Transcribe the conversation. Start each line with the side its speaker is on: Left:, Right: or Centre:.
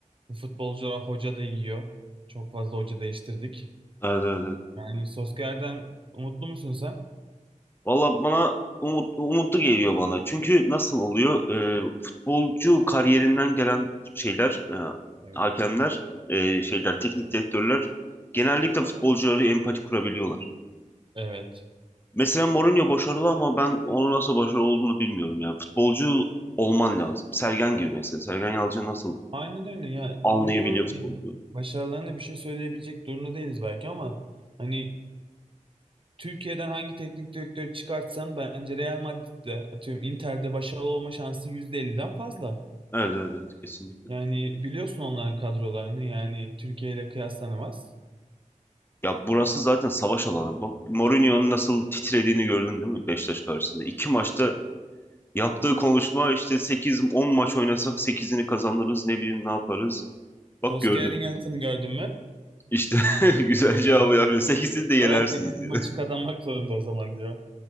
Right: bu futbolcular hoca da yiyor. Çok fazla hoca değiştirdik.
Left: Evet evet evet.
Right: Yani Solskjaer'den umutlu musun sen?
Left: Valla bana umut, umutlu geliyor bana. Çünkü nasıl oluyor? Ee, futbolcu kariyerinden gelen şeyler, e,
Right: Evet.
Left: hakemler, e, şeyler, teknik direktörler genellikle futbolcuları empati kurabiliyorlar.
Right: Evet.
Left: Mesela Mourinho başarılı ama ben onun nasıl başarılı olduğunu bilmiyorum ya. Futbolcu olman lazım. Sergen gibi mesela. Sergen Yalçın nasıl
Right: Aynen öyle ya Mourinho
Left: anlayabiliyor futbolu?
Right: başarılarına bir şey söyleyebilecek durumda değiliz belki ama hani Türkiye'den hangi teknik direktörü çıkartsan bence Real Madrid'de atıyorum Inter'de başarılı olma şansı yüzde elli'den fazla.
Left: Evet evet evet kesinlikle.
Right: Yani biliyorsun onların kadrolarını yani Türkiye ile kıyaslanamaz.
Left: Ya burası zaten savaş alanı. Bu Mourinho'nun nasıl titrediğini gördün değil mi Beşiktaş karşısında? İki maçta yaptığı konuşma işte sekiz on maç oynasak sekizini kazanırız ne bileyim ne yaparız. Bak
Right: Solskjaer'in
Left: gördün.
Right: yanıtını gördün mü?
Left: İşte <laughs> güzel cevabı
Right: Ee,
Left: yapıyor. Sekizini de yenersiniz
Right: kalan 8
Left: diyor.
Right: maçı kazanmak zorunda o zaman diyor.